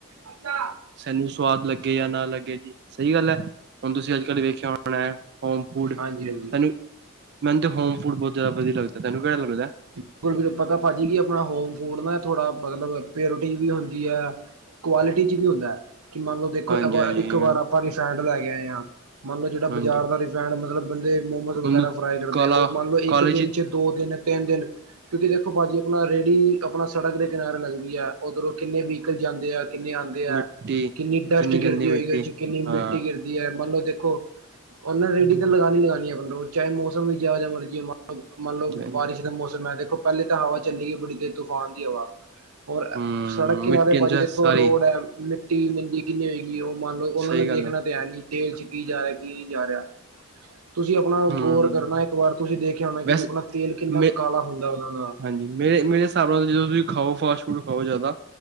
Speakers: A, on the right; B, on the right.
A: ਅੱਛਾ
B: ਸੈਨੂੰ ਸਵਾਦ ਲੱਗਿਆ ਲੱਗੇਜਾਂ ਨਾ ਲੱਗੇ ਜੀ ਸਹੀ ਗੱਲ ਹੈ ਹੁਣ ਤੁਸੀਂ ਅੱਜ ਕੱਲ੍ਹ ਵੇਖਿਆ ਹੋਣਾ ਹੋ ਬੂਡ
A: ਹਾਂਜੀ ਹਾਂਜੀ
B: ਅ ਮੈਨੂੰ ਹੋਮ ਫੂਡ ਬਹੁਤ ਜ਼ਦਾ ਵਧੀਆ ਲਗਦਾ ਤੈਨੂੰਹੜਾ ਲਗਦਾ।
A: ਬਿਲਕੁਲ ਵੀ ਨੀ ਪਤਾ ਭਾਜੀ ਨੂੰ ਕਿ ਆਪਣਾ ਹੋਮ ਫੂਡ ਨਾ ਥੋੜ੍ਹਾ ਮਤਲਬ ਪਿਓਰਿਟੀ ਵੀ ਹੁੰਦੀ ਹੈ ਕੁਆਲਿਟੀ 'ਚ ਵੀ ਹੁੰਦਾ। ਕਿ ਮੰਨ ਲੋ ਦੇਖੋ
B: ਹਾਂਜੀ ਹਾਂਜੀ
A: ਇੱਕ
B: ਹਾਂਜੀ
A: ਵਾਰ ਆਪਾਂ ਰਿਫੈਂਡ ਲੈ ਕੇ <inaudible> ਹਾਂ। ਮੰਨ ਲਓ ਜਿਹੜਾ
B: ਹਾਂਜੀ
A: ਬਾਜ਼ਾਰ ਦਾ ਰੇਫਾਇੰਡ ਮਤਲਬ ਬੰਦੇ ਮੋਮੋਸ
B: ਉਹਨੂੰ
A: ਵਗੈਰਾ ਫਰਾਈ ਕਰਦੇ
B: ਕਾਲਾ
A: ਆ ਉਹ ਮੰਨ ਲਓ
B: ਕਾਲੇ
A: ਇੱਕ ਦਿਨ ਚ ਦੋ ਦਿਨ ਤਿੰਨ ਦਿਨ ਕਿਉਂਕਿ ਦੇਖੋ ਭਾਜੀ ਆਪਣਾ ਰੇਹੜੀ ਆਪਣਾ ਸੜਕ ਦੇ ਕਿਨਾਰੇ ਲੱਗਦੀ ਹੈ ਉੱਧਰੋਂ ਕਿੰਨੇ ਵੇਹਿਕਲ ਜਾਂਦੇ ਆ। ਕਿੰਨੇ ਆਉਂਦੇ ਹੈ
B: ਮਿੱਟੀ
A: ਕਿੰਨੀ ਡਸਟ ਗਿਰਦੀ
B: ਗੰਦੀ ਮਿੱਟੀ
A: ਹੋਏਗੀ ਕਿੰਨੀ
B: ਹਾਂ
A: ਮਿੱਟੀ ਗਿਰਦੀ ਹੈ ਮੰਨ ਲਓ ਦੇਖੋ ਉਹਨਾਂ
B: ਹਾਂਜੀ
A: ਨੇ ਰੇਡੀ ਤਾਂ ਲਗਾਨੀ ਲਗਾਉਣੀ ਹੈ ਆਪ ਰੋਜ਼ ਚਾਹੇ ਮੌਸਮ ਵੀ ਜਿਹੋ ਜਿਹਾ ਮਰਜ਼ੀ ਹੋਏ ਮਤਲਬ
B: ਹਾਂਜੀ
A: ਬਾਰਿਸ਼ ਦਾ ਮੌਸਮ ਦੇਖੋ ਪਹਿਲੇ ਤਾਂ ਹਵਾ ਚੱਲੀ ਹੈ ਬੜੀ ਦੇਰ ਤੂਫਾਨ ਦੀ ਹਵਾ । ਹੋਰ
B: ਹਮ
A: ਸੜਕ ਕਿਨਾਰੇ
B: ਮਿੱਟੀ ਅੰਦਰ
A: ਭਾਜੀ ਦੇਖੋ
B: ਸਾਰੀ
A: ਰੋਡ ਹੈ ਮਿੱਟੀ ਮੰਡੀ ਕਿੰਨੀ ਹੋਏਗੀ ਉਹ ਮੰਨ ਲਓ ਉਹਨਾ
B: ਸਹੀ
A: ਨੇ
B: ਗੱਲ
A: ਦੇਖਣਾ ਤਾਂ ਹੈ ਨਹੀਂ ਤੇਲ ਚ ਕੀ ਜਾ ਰਿਹਾ ਕੀ ਨਹੀ ਜਾ ਰਿਹਾ। ਤੁਸੀਂ ਆਪਣਾ
B: ਹਮ
A: ਗੌਰ ਕਰਨਾ ਇੱਕ ਵਾਰ ਤੁਸੀਂ ਦੇਖਿਆ ਹੋਣਾ ਕਿ
B: ਵੈਸੇ
A: ਵੀ ਆਪਣਾ ਤੇਲ ਕਿੰਨਾ
B: ਮੇ
A: ਹੁੰਦਾ ਦਾ
B: ਹਾਂਜੀ ਮੇਰੇ ਮੇਰੇ ਹਿਸਾਬ ਨਾਲ ਜਦੋਂ ਤੁਸੀਂ ਖਾਓ ਫਾਸਟ ਫੂਡ ਖਾਓ ਜ਼ਿਆਦਾ